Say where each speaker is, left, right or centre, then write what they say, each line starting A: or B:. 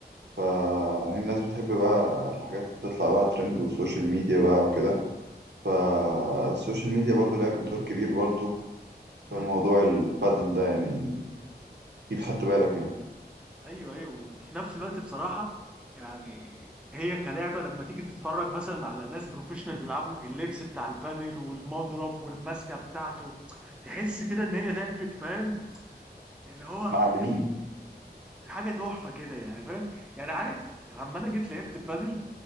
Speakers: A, on the right; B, in the centre.
A: فالناس بتحب بقى الحاجات اللي بتطلع بقى ترند وسوشيال ميديا بقى وكده فالسوشيال ميديا برضو لعبت دور كبير برضو
B: امم
A: في موضوع البادل ده يعني أكيد خدت بالك يعني
B: ايوه ايوه وفي نفس الوقت بصراحه يعني هي كلعبه لما تيجي تتفرج مثلا على ناس بروفيشنال بيلعبوا اللبس بتاع البادل والمضرب والماسكه بتاعته تحس كده ان هي لعبه فاهم اللي هو
A: معلمين
B: حاجه تحفه كده يعني فاهم يعني عارف لما انا جيت لعبت بادل